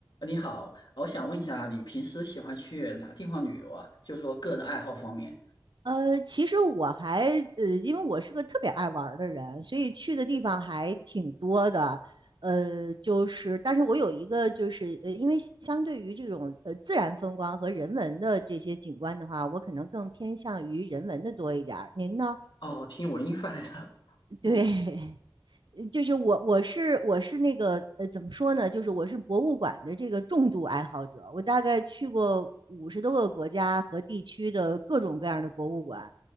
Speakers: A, on the left; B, on the right.
A: 你好，呃我想问一下，你平时喜欢去哪地方旅游啊？就是说个人爱好方面。
B: 呃，其实我还呃，因为我是个特别爱玩儿的人，所以去的地方还挺多的。呃，就是，但是我有一个，就是呃，因为相对于这种呃自然风光和人文的这些景观的话，我可能更偏向于人文的多一点儿。您呢？
A: 哦，听文艺范的，
B: 对，
A: <laughs> 嗯，
B: <laughs> 就是我，我是我是那个呃，怎么说呢？就是我是博物馆的这个重度爱好者，我大概去过五十多个国家和地区的各种各样的博物馆。